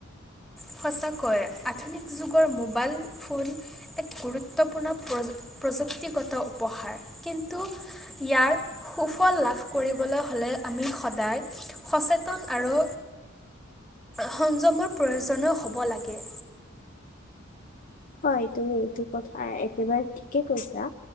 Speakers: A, in the centre; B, on the left.
A: সঁচাকৈ, আধুনিক যুগৰ মোবাইল ফোন এক গুৰুত্বপূৰ্ণ প্ৰযু-প্ৰযুক্তিগত উপহাৰ, কিন্তু ইয়াৰ সুফল লাভ কৰিবলৈ হ'লে আমি সদায় সচেতন আৰু সংযমৰ প্ৰয়োজনো হ'ব লাগে।
B: হয়, তুমি এইটো কথা একেবাৰে ঠিকে কৈছা।